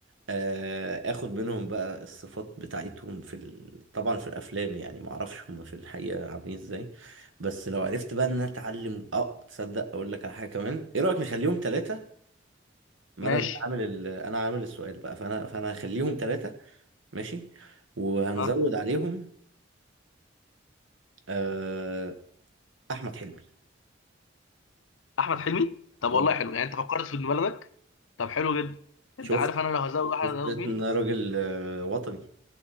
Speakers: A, on the right (about 75°); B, on the left (about 80°).
A: آه، اخد منهم بقى الصفات بتاعتهم في ال... طبعا في الافلام يعني ما اعرفش هم في الحقيقه عاملين ازاي بس لو عرفت بقى ان انا اتعلم اه تصدق اقول لك على حاجه كمان ايه رايك نخليهم ثلاثه ما
B: ماشي
A: انا اللي عامل ال... انا عامل السؤال بقى فانا فانا هخليهم ثلاثه ماشي وهنزود
B: ها
A: عليهم آه، احمد حلمي
B: احمد حلمي طب
A: اه
B: والله حلو يعني انت فكرت في ابن بلدك طب حلو جدا انت
A: شفت
B: عارف انا لو هزود احمد
A: شفت
B: هزود
A: لقيت
B: مين
A: ان أنا راجل آه، وطني